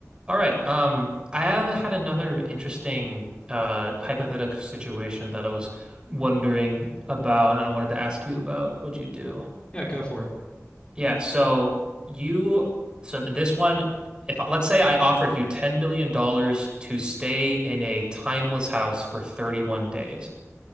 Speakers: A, on the right; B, on the left.
A: All right. Um, I have had another interesting uh, hypothetical situation that I was wondering about, and I wanted to ask you about what you do.
B: Yeah, go for it.
A: Yeah. So you, so this one, if let's say I offered you $10 million dollars to stay in a timeless house for 31 days.